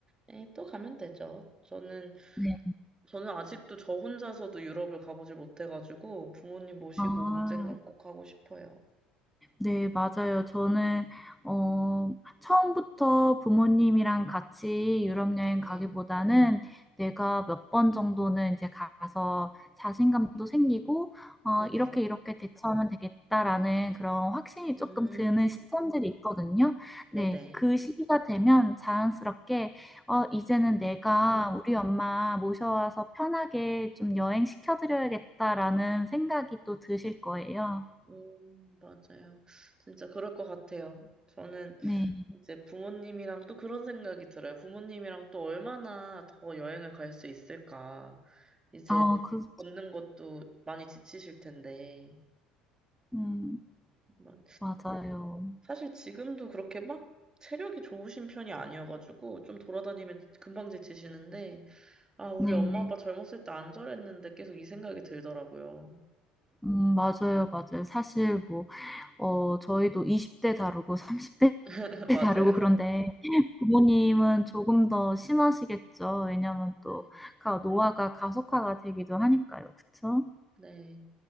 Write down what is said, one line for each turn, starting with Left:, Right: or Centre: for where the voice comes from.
Right: 네, 또 가면 되죠. 저는,
Centre: 네.
Right: 저는 아직도 저 혼자서도 유럽을 가보질 못해가지고 부모님 모시고
Centre: 아.
Right: 언젠간 꼭 가고 싶어요.
Centre: 네, 맞아요. 저는, 어, 처음부터 부모님이랑 같이 유럽 여행 가기보다는
Right: 네,
Centre: 내가 몇 번 정도는 이제 가서 자신감도 생기고, 어,
Right: 네네.
Centre: 이렇게 이렇게 대처하면 되겠다라는 그런 확신이
Right: 음,
Centre: 조금 드는 시점들이 있거든요.
Right: 네네.
Centre: 네, 그 시기가 되면 자연스럽게, 어, 이제는
Right: 음,
Centre: 내가 우리 엄마 모셔와서 편하게 좀 여행시켜드려야겠다라는 생각이 또 드실 거예요.
Right: 음, 맞아요. 진짜 그럴 것 같아요. 저는
Centre: 네.
Right: 이제 부모님이랑 또 그런 생각이 들어요. 부모님이랑 또 얼마나 더 여행을 갈 수 있을까. 이제
Centre: 아, 그렇죠.
Right: 걷는 것도 많이 지치실 텐데.
Centre: 음,
Right: 막
Centre: 맞아요.
Right: 사실 지금도 그렇게 막 체력이 좋으신 편이 아니어가지고 좀 돌아다니면 금방 지치시는데, 아, 우리
Centre: 네.
Right: 엄마 아빠 젊었을 때 안 저랬는데 계속 이 생각이 들더라고요.
Centre: 음, 맞아요, 맞아요. 사실 뭐, 어, 저희도 20대 다르고 30대
Right: <laughs>
Centre: <laughs>
Right: 맞아요.
Centre: 다르고 그런데 부모님은 조금 더 심하시겠죠. 왜냐면
Right: 네.
Centre: 또 가, 노화가 가속화가 되기도 하니까요. 그쵸?
Right: 네.